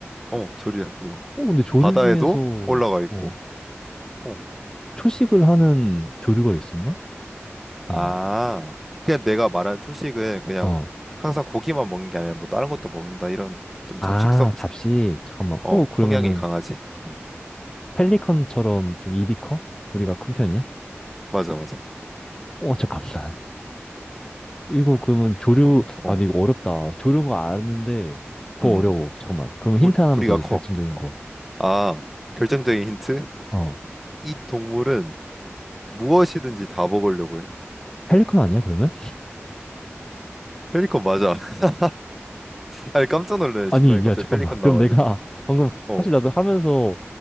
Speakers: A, in the centre; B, on the left.
A: 어 조류야 이거.
B: 어, 근데 조류
A: 바다에도
B: 중에서,
A: 올라가 있고.
B: 어,
A: 어.
B: 초식을 하는 조류가 있었나? 잠깐만.
A: 아 그냥 내가 말한 초식은 그냥
B: 어.
A: 항상 고기만 먹는 게 아니라 뭐 다른 것도 먹는다 이런 좀
B: 아,
A: 잡식성
B: 잡식. 잠깐만.
A: 어
B: 어, 그러면은,
A: 성향이 강하지. 음.
B: 펠리컨처럼 좀 입이 커? 부리가 큰 편이야?
A: 맞아, 맞아.
B: 어, 잠깐만. 이거 그러면 조류,
A: 뿌리, 어,
B: 아, 근데 이거 어렵다. 조류인 거 아는데 더
A: 음,
B: 어려워. 잠깐만. 그럼 힌트
A: 뿌리,
B: 하나만
A: 뿌리가
B: 더 줘,
A: 커.
B: 결정적인
A: 어.
B: 거.
A: 아, 결정적인 힌트?
B: 어.
A: 이 동물은 무엇이든지 다 먹으려고 해.
B: 펠리컨 아니야, 그러면?
A: 펠리컨 맞아. <laughs> 아니, 깜짝 놀래.
B: 아니,
A: 중간에 갑자기
B: 야, 잠깐만.
A: 펠리컨 나와가지고.
B: 그럼 내가 <laughs> 방금
A: 어,
B: 사실 나도 하면서